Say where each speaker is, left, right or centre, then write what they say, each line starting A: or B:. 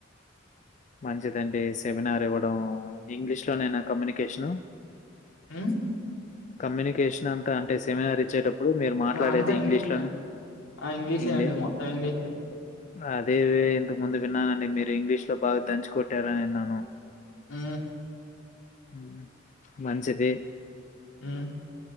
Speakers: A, on the left (about 40°); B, on the left (about 85°).
A: మంచిదండి సెమినార్ ఇవ్వడం ఇంగ్లీషులో నేనా కమ్యూనికేషను
B: మ్మ్
A: కమ్యూనికేషన్ అంతా అంటే సెమినార్ ఇచ్చేటప్పు ఇప్పుడు మీరు మాట్లాడేది
B: అంతా
A: ఇంగ్లీష్
B: ఇంగ్లీషే
A: లోన
B: ఆ ఇంగ్లీషే
A: ఇంగ్లీ
B: అండి మొత్తం ఇంగ్లీషే
A: అదే ఇంతకు ముందు విన్నానండి మీరు ఇంగ్లీష్ లో బాగా దంచి కొట్టారని విన్నాను
B: ఆ
A: హ మంచిది
B: మ్మ్